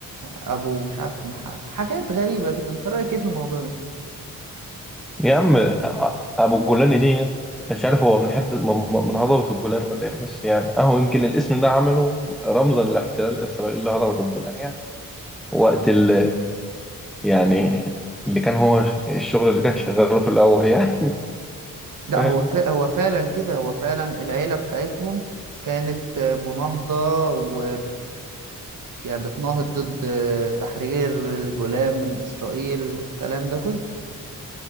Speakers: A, on the right (about 65°); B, in the centre.
A: أبو مش عارف مح... حاجات غريبة كده أنت رأيك إيه في الموضوع ده؟
B: يا عم أ- أبو الجولان دي مش عارف هو من حتة من من هضبة الجولان ولا إيه بس يعني أهو يمكن الاسم ده عمله رمزا لاحتلال إسرائيل لهضبة الجولان يعني وقت ال يعني اللي كان هو الشغل اللي كان شغاله في الأول يعني <laughs>
A: لا
B: فاهم
A: هو فا... هو فعلا كده هو فعلا العيلة بتاعتهم كانت مناهضة وبت يعني بتناهض ضد تحرير الجولان من إسرائيل والكلام ده كله